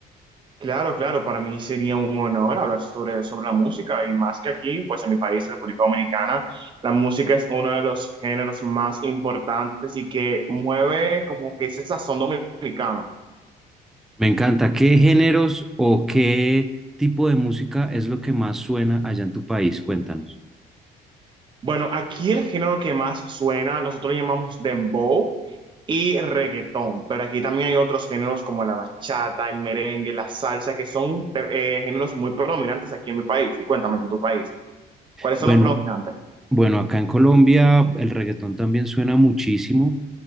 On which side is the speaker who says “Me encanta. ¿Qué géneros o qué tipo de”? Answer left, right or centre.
Centre